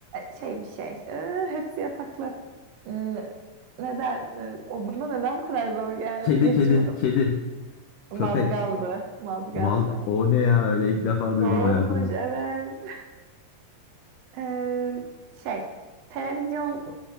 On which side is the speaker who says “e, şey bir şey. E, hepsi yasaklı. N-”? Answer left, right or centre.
Right